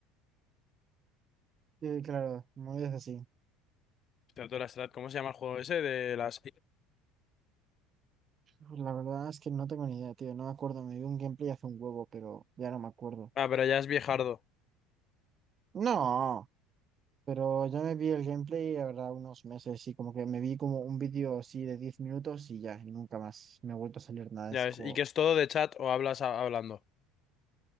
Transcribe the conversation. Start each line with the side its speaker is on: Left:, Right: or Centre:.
Right: sí, claro, muy es así.
Left: Hostia, tú la Strat, ¿cómo se llama el juego ese? De las...
Right: Pues La verdad es que no tengo ni idea, tío, no me acuerdo, me vi un gameplay hace un huevo, pero ya no me acuerdo.
Left: Ah, pero ya es viejardo.
Right: No, pero yo me vi el gameplay, la verdad, unos meses, y como que me vi como un vídeo así de 10 minutos y ya, y nunca más me ha vuelto a salir nada de
Left: Ya
Right: ese
Left: ves.
Right: juego.
Left: ¿Y que es todo de chat o hablas a- hablando?